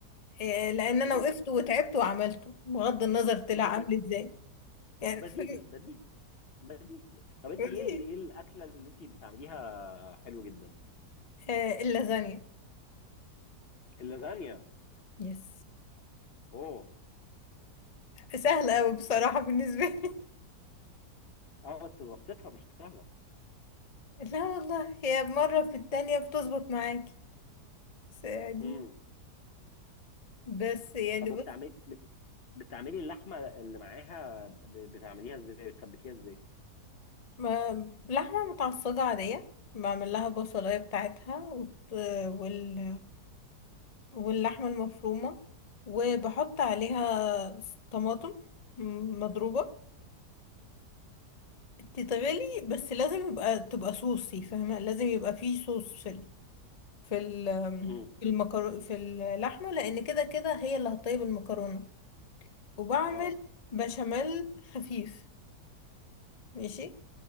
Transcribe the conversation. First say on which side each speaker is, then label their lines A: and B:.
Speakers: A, on the left (about 70°); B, on the left (about 45°).
A: إيه، لان انا
B: <laughs> ماشي
A: وقفت
B: تمام
A: وتعبت وعملته بغض النظر طلع
B: ما هو
A: عامل
B: ب-
A: ازاي يعني
B: بديهي
A: فاهم؟
B: بديهي بديهي طب انت
A: ودي
B: ايه ال- ايه الاكله اللي انت بتعمليها حلو جدا
A: آه، اللازانيا
B: اللازانيا
A: يس
B: اوه
A: سهلة أوي بصراحة بالنسبة لي
B: اه بس ظبطتها مش سهله
A: <laughs> لا والله هي مرة في التانية بتظبط معاكي بس يعني
B: امم
A: بس يعني
B: طب
A: بص
B: وبتعملي بتعملي اللحمه اللي معاها ب- بتعمليها ازاي بتسبكيها ازاي
A: ما لحمة متعصجة عادية بعمل لها بصلاية بتاعتها وت... وال... واللحمة المفرومة وبحط عليها طماطم مضروبة تتغلي بس لازم يبقى تبقى صوصي فاهمة لازم يبقى فيه صوص في ال... في ال...
B: مم.
A: في المكرو... في اللحمة لأن كده كده هي اللي هتطيب المكرونة وبعمل
B: اه
A: بشاميل خفيف ماشي